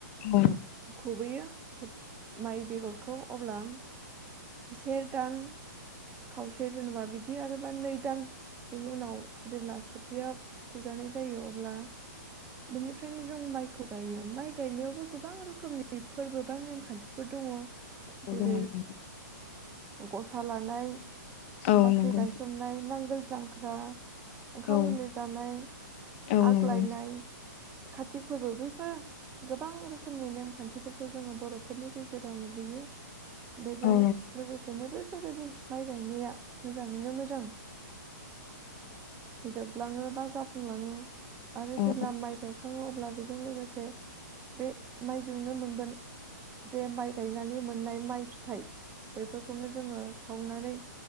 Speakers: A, on the left (about 40°); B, on the right (about 15°).
A: औ
B: खुबैयो खोथ माइ बेगरखौ। अब्ला से दान खावसे जेनबा बिदिनो बिदि आरोबा नै दान बेनि उनाव जेब्ला खोथिया फुजा होनाय जायो। अब्ला बेनिफ्रायनो जों माइखौ गायो। माइ गायनायावबो गोबां रोखोमनि फोरबो बा नेमखान्थिफोर दङ।
A: औ
B: जेरै
A: दङ ओरैनो
B: गसा लानाय
A: औ
B: बाख्रि
A: नंगौ
B: गायसननाय नांगोल जां हा ओंखाम
A: औ
B: गोरलै
A: नंगौ
B: जानाय
A: औ
B: आग्लायनाय
A: नंगौ
B: कार्तिक फोरबो बैफोर गोबां रोखोमनि नेमखान्थिफोरखौ जोङो बर'फोरनि गेजेराव नुबोयो बेजों
A: औ
B: लोगोसेनो बै बेफोरबायदि माइ गायनाया मोजाङैनो मोजां जोबलाङो बा जाफुंलाङो। आरो
A: औ औ
B: जेब्ला माइ गायखाङो अब अब्ला बेजों लोगोसे बे माइजोंनो मोनगोन जे माइ गायनानै मोननाय माइ फिथाइ बैफोरखौनो जोङो सावनानै